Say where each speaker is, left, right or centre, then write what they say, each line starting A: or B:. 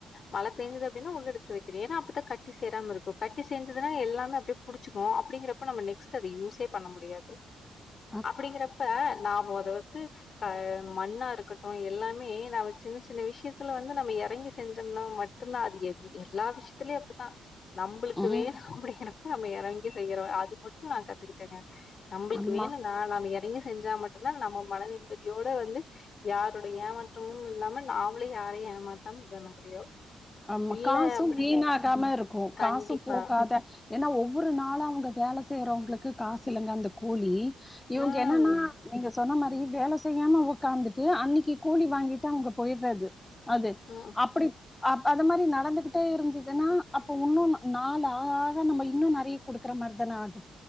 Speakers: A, on the left; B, on the left.
A: மழை பெஞ்சது அப்பிடின்னா உள்ள எடுத்து வைக்கிறே ஏன்னா அப்பத்தான் கட்டி சேராம இருக்கோ கட்டி செஞ்சதுன்னா எல்லாமே அப்படி புடிச்சுக்குவோ அப்படிங்கறப்ப நம்ம நெக்ஸ்ட் அத யூஸே பண்ண முடியாது
B: <inaudible>
A: அப்படிங்கறப்ப நாம அத வந்து க மண்ணா இருக்கட்டூ எல்லாமே நம்ம சின்ன சின்ன விஷயத்துல வந்து நம்ம எறங்கி செஞ்சோம்னா மட் த்ர்னா அது எத் எல்லா விஷயத்திலயும் அப்படிதா நம்மளுக்கு
B: ம்
A: வேணா அப்படிங்கிறப்ப நம்ம எறங்கி செய்யறோம் அது மட்டும் நா கத்துக்கிட்டேங்க நம்மளுக்கு
B: ஆமா
A: வேணும்னா நாம எறங்கி செஞ்சா மட்டும்தா நம்ம மன நிம்மதியோட வந்து யாருடைய ஏமாற்றமும் இல்லாம நாமளும் யாரையூ ஏமாத்தாம இது பண்ண முடியும்
B: ஆம
A: இல்ல
B: காசு
A: அப்படிங்க
B: வீணாகாம இருக்கு
A: கண்டிப்பா
B: காசு போகாத ஏன்னா ஒவ்வொரு நாளூ அவங்க வேல செய்யறவங்களுக்கு காசு இல்லங்க அந்த கூலி இவங்க
A: ம்
B: என்னன்னா நீங்க சொன்ன மாரி வேல செய்யாம உட்காந்துட்டு அன்னிக்கு கூலி வாங்கிட்டு அவங்க போயிட்றது அது
A: ம்
B: அப்படிப் அ அது மாதிரி நடந்துகிட்டே இருந்ததுன்னா அப்ப வுன்னு நாலு ஆ ஆக நம்ம இன்னு நிறைய குடுக்குற மாரிதான ஆகூ